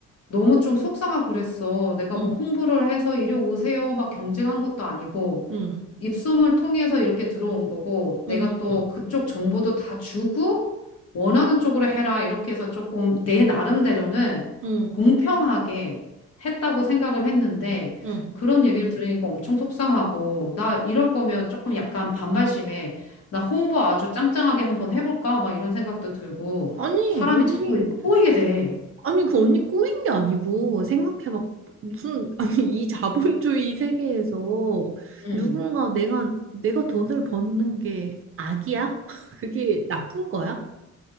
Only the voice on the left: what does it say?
너무 좀 속상하고 그랬어. 내가
뭐 홍보를 해서 이리 오세요. 막 경쟁한 것도 아니고.
입소문 통해서 이렇게 들어온 거고, 내가
또
그쪽 정보도 다 주고, 원하는 쪽으로 해라. 이렇게 해서 조금 내 나름대로는
공평하게 했다고 생각을 했는데,
그런 얘기를 들으니까 엄청 속상하고, 나 이럴 거면 조금 약간 반발심에, 나 홍보 아주 짱짱하게 한번 해볼까? 막 이런 생각도 들고,
사람이
자꾸 꼬이게 돼.
음,